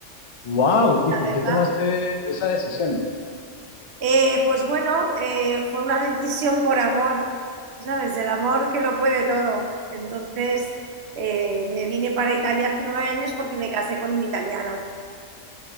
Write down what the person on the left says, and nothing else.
Wow, ¿y
por
qué tomaste esa decisión?